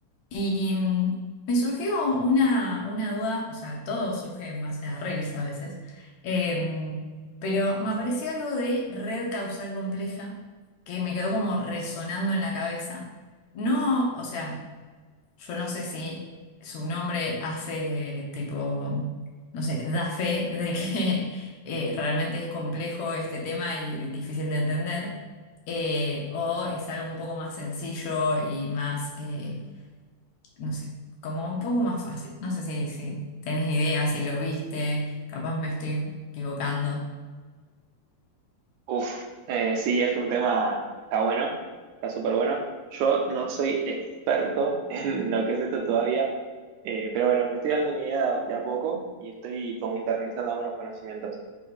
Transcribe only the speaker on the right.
Uf, eh, sí, es un tema, está bueno, está súper bueno. Yo no soy experto <laughs> en lo que es esto todavía, eh, pero bueno, me estoy dando una idea de a poco y estoy como internalizando algunos conocimientos.